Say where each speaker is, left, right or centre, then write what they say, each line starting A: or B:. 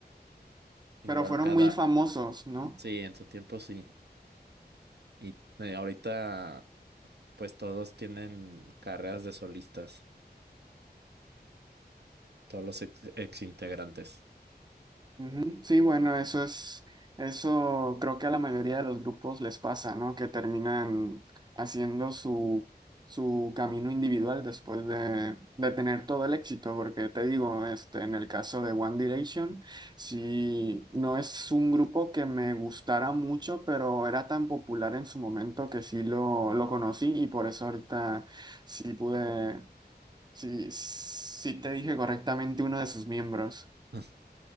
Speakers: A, on the right; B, on the right.
A: igual
B: Pero fueron
A: cada,
B: muy famosos, ¿no?
A: sí, en su tiempo sí. Y eh, ahorita... pues todos tienen carreras de solistas, todos los ex, integrantes
B: Ujú. Sí, bueno, eso es, eso creo que a la mayoría de los grupos les pasa, ¿no? Que terminan haciendo su, su camino individual después de, de tener todo el éxito, porque te digo, este, en el caso de One Direction, sí, no es un grupo que me gustara mucho, pero era tan popular en su momento que sí lo, lo conocí y por eso ahorita sí pude, sí, sí te dije correctamente uno de sus miembros.
A: <laughs>